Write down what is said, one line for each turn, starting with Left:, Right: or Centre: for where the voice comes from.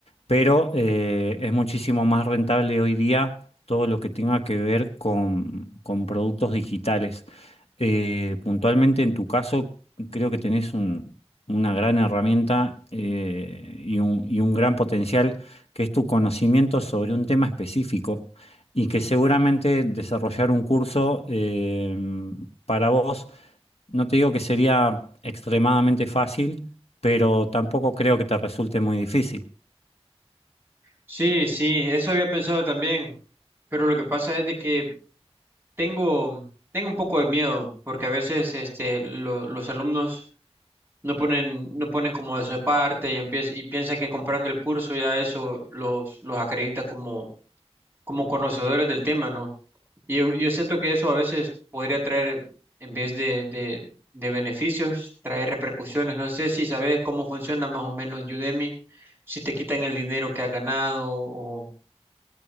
Left: Pero eh, es muchísimo más rentable hoy día todo lo que tenga que ver con, con productos digitales. Eh, puntualmente, en tu caso, creo que tenés un una gran herramienta eh, y un, y un gran potencial, que es tu conocimiento sobre un tema específico y que seguramente desarrollar un curso eh, para vos, no te digo que sería extremadamente fácil, pero tampoco creo que te resulte muy difícil.
Right: Sí, sí, eso había pensado también, pero lo que pasa es de que tengo, tengo un poco de miedo, porque a veces este, lo- los alumnos no ponen, no ponen como de su parte y, empie- y piensan que comprando el curso ya eso los, los acredita como, como conocedores del tema, ¿no? Y yo, yo siento que eso a veces podría traer, en vez de, de, de beneficios, traer repercusiones. No sé si sabes cómo funciona más o menos Udemy, si te quitan el dinero que has ganado o...